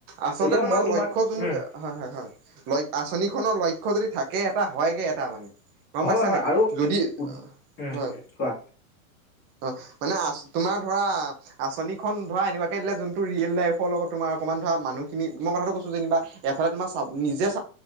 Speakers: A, on the right; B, on the left.
A: আচলতে
B: এতিয়া
A: তোমাৰ
B: মই তোমাক
A: লক্ষ্য যোনটো,
B: উম
A: হয় হয় হয়। ল আঁচনিখনৰ লক্ষ্য যদি থাকে এটা হয়গে এটা মানে। গম
B: হয়
A: পাইছা
B: হয়
A: নাই,
B: আৰু
A: যদি,
B: উম
A: হয়।
B: কোৱা
A: অ, মানে আ তোমাৰ ধৰা আঁচনিখন ধৰা এনেকুৱাকে দিলে যোনটো ৰিয়েল লাইফ- লগত তোমাৰ অকণমান ধৰা মানুহখিনি, মই কথাটো কৈছো যেনিবা এফালে তোমাৰ নিজে-